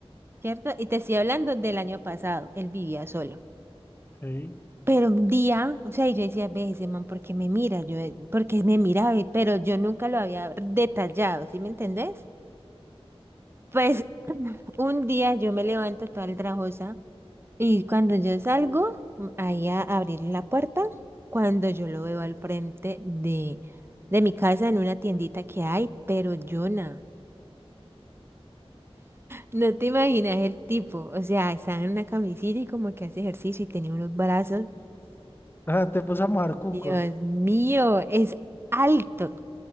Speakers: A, on the right; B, on the left.
A: ¿cierto? Y te estoy hablando del año pasado, él vivía solo.
B: sí.
A: Pero un día, o sea, y yo decía, ve ese man, ¿por qué me mira? Yo, eh, ¿por qué me miraba? Y- Pero yo nunca lo había detallado, ¿sí me entendés? Pues un día yo me levanto toda trabajosa Y cuando yo salgo mm, ahí a abrir la puerta, cuando yo lo veo al frente de, de mi casa en una tiendita que hay, pero Jonah, no te imaginas el tipo, o sea, está en una camisita y como que hace ejercicio y tiene unos brazos.
B: Ah, te puso a mojar cucos.
A: Dios mío, es alto,